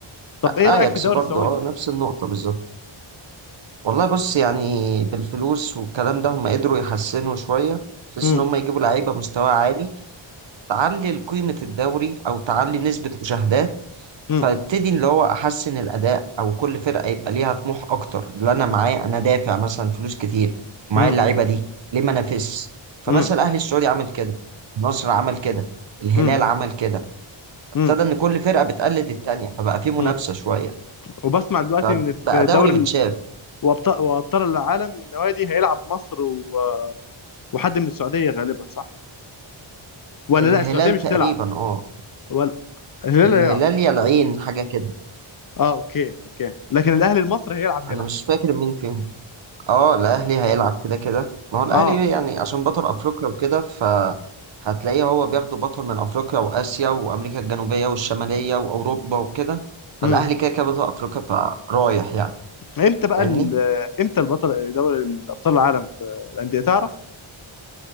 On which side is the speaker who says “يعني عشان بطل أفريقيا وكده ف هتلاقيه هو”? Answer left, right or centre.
Right